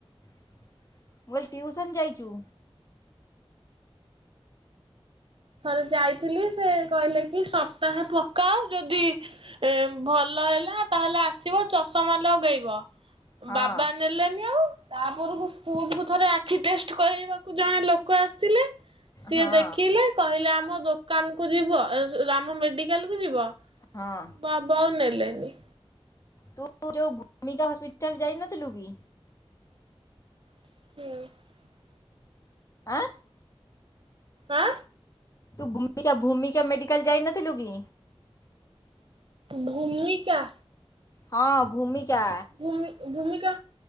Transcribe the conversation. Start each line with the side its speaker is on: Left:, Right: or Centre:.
Left: ମୁଁ କହିଲି ଟିଉସନ୍ ଯାଇଚୁ।
Right: ଥରେ ଯାଇଥିଲି ସେ କହିଲେ କି ସପ୍ତାହେ ପକାଅ ଯଦି ଭଲ ହେଲା ତାହେଲେ ଆସି ଥିବ ଚଷମା ଲଗେଇବ
Left: ହଁ
Right: ବାବା ନେଲେନି ଆଉ। ତାପରକୁ ସ୍କୁଲ କୁ ଥରେ ଆ ଖିଟେଷ୍ଟ କରାଇବାକୁ ଜଣେ ଲୋକ ଆସିଥିଲେ ସିଏ
Left: ହଁ
Right: ଦେଖିଲେ କହିଲେ ଆମ ଦୋକାନ କୁ ଯିବ ଆମ ମେଡ଼ିକାଲ କୁ ଯିବ
Left: ହଁ
Right: ବାବା ଆଉ ନେ ଲେନି।
Left: ତୁ ଯୋଉଁ ଭୂମିକା ହସ୍ପିଟାଲ ଯାଇନଥିଲୁ କି?
Right: ହୁଁ।
Left: ଆଁ
Right: ଆଁ
Left: ତୁ ଭୂମିକା ଭୂମିକା ମେଡ଼ିକାଲ ଯାଇ ନଥିଲୁ କି?
Right: ଭୂମିକା।
Left: ହଁ ଭୂମିକା।
Right: ଭୂମି ଭୂମିକା